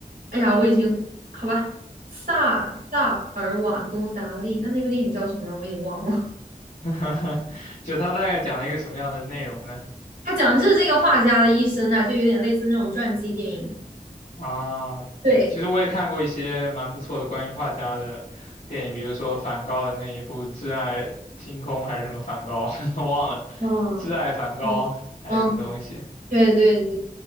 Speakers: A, on the right; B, on the left.
A: 哎呀，我已经好吧。萨萨尔瓦多·达利，那那部电影叫什么呢？我已经忘了。<laughs>
B: <laughs> 就他大概讲了一个什么样的内容呢？
A: 他讲的就是这个画家的一生啊，就有点类似那种传记电影。
B: 啊，对，
A: 对，
B: 其实我也看过一些蛮不错的关于画家的电影，比如说梵高的那一部《挚爱星空》还是什么梵高，<laughs> 忘了，
A: 嗯哦，
B: 《挚爱梵高》还是什么东西。
A: 嗯，对对对